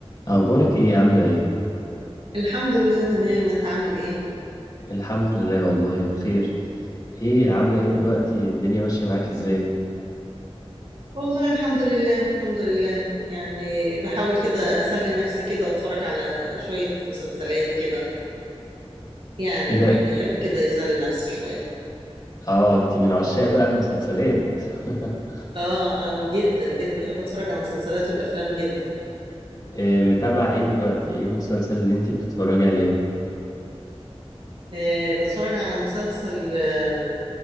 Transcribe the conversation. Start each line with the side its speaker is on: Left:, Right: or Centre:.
Left: اخبارك ايه عامله ايه
Right: الحمد لله تمام انت عامل ايه
Left: الحمد لله والله بخير ايه عامله ايه
Right: مم.
Left: دلوقتي الدنيا ماشيه معاك ازاي
Right: والله الحمد لله الحمد لله يعني بحاول كده اسلي نفسي كده واتفرج على شوية مسلسلات كده يعني
Left: ايه
Right: الواحد
Left: ده
Right: بيحب كده يسلي نفسه شوية
Left: اه انت من عشاق بقى المسلسلات <laughs>
Right: اه اه جدا جدا بحب اتفرج على المسلسلات والافلام جدا
Left: إيه متابعه ايه دلوقتي ايه المسلسل اللي انت بتتفرجي عليه
Right: آه بتفرج على مسلسل آه